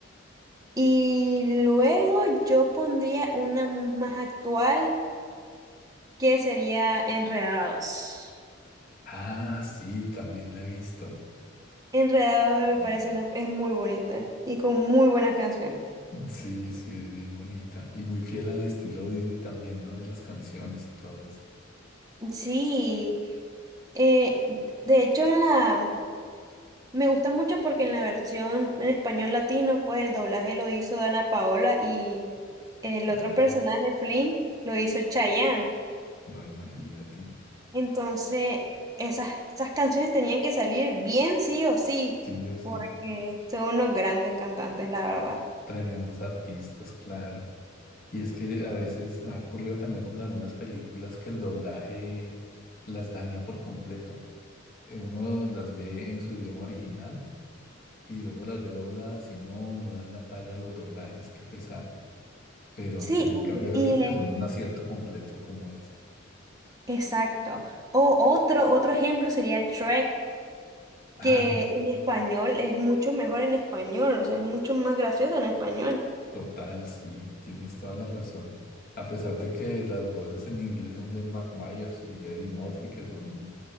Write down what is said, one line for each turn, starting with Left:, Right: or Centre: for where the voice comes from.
Right: Y luego yo pondría una mu- más actual que sería Enredados.
Left: Ah, sí, también la he visto.
Right: Enredados eh, me
Left: Mm.
Right: parece una, es muy bonita y con muy buenas canciones.
Left: Sí, sí, es bien bonita. Y muy fiel al estilo Disney también, ¿no? De las canciones y todo eso.
Right: Sí, eh, de hecho en la, me gusta mucho porque en la versión en español latino, pues el doblaje lo hizo Dana Paola y el
Left: Ah,
Right: otro personaje, Flynn, lo hizo Chayanne.
Left: no, imagínate.
Right: Entonces, esas, esas canciones tenían que salir bien sí o sí,
Left: Sí, yo sí.
Right: porque son unos grandes cantantes, la verdad.
Left: Tremendos artistas, claro. Y es que a veces ha ocurrido también con algunas películas que el doblaje las daña por completo. eh, uno las ve en su idioma original y luego las ve dobladas y no, no dan la talla a los doblajes, qué pesar. Pero,
Right: Sí,
Left: pero en
Right: y,
Left: cambio hay
Right: y,
Left: otras
Right: eh,
Left: que son un acierto completo como esta.
Right: exacto. O otro, otro ejemplo sería Shrek,
Left: Ah,
Right: que en español es mucho mejor en español, o sea, es mucho más gracioso en español.
Left: total, sí, tienes toda la razón. A pesar de que las voces en inglés son de Mac Myers y Eddie Murphy, que son,